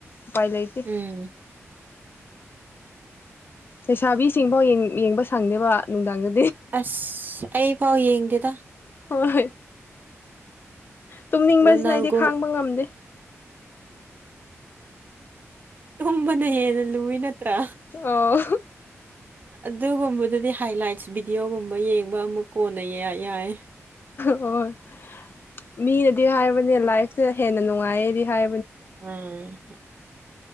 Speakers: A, on the left; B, on the right.
A: ꯎꯄꯥꯏ ꯂꯩꯇꯦ
B: ꯎꯝ
A: ꯂꯩꯁꯥꯕꯤꯁꯤꯡꯐꯥꯎ ꯌꯦꯡꯕ ꯁꯪꯗꯦꯕ ꯅꯨꯡꯗꯥꯡꯗ
B: ꯑꯁ ꯑꯩꯐꯥꯎ ꯌꯦꯡꯗꯦꯗ
A: ꯍꯣꯏ ꯍꯣꯏ ꯇꯨꯝꯅꯤꯡꯕꯁꯤꯅ
B: ꯔꯣꯅꯥꯜꯒꯣ
A: ꯑꯩꯗꯤ ꯈꯥꯡꯕ ꯉꯝꯗꯦ
B: ꯇꯨꯝꯕꯅ ꯍꯦꯟꯅ ꯂꯨꯏꯅ ꯇ꯭ꯔ
A: ꯑꯣ
B: ꯑꯗꯨꯒꯨꯝꯕꯗꯨꯗꯤ ꯍꯥꯏꯂꯥꯏꯠꯁ ꯚꯤꯗꯤꯑꯣꯒꯨꯝꯕ ꯌꯦꯡꯕ ꯑꯃꯨꯛ ꯀꯣꯟꯅ ꯌꯥꯏ
A: ꯍꯣꯏ ꯃꯤꯅꯗꯤ ꯍꯥꯏꯕꯅꯦ ꯂꯥꯏꯐꯁꯦ ꯍꯦꯟꯅ ꯅꯨꯡꯉꯥꯏꯌꯦꯗꯤ ꯍꯥꯏ
B: ꯎꯝ